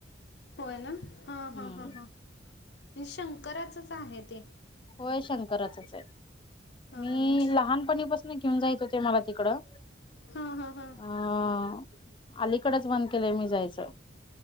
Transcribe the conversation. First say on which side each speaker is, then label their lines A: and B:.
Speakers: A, on the left; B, on the left.
A: होय ना हा
B: हम्म
A: हा हा हा म्हणजे शंकराचच आहे ते.
B: होय शंकराचचे.
A: हां
B: मी लहानपणीपासून घेऊन जायच ते मला तिकडं
A: हां हां हां
B: अ अलीकडेच बंद केलंय मी जायचं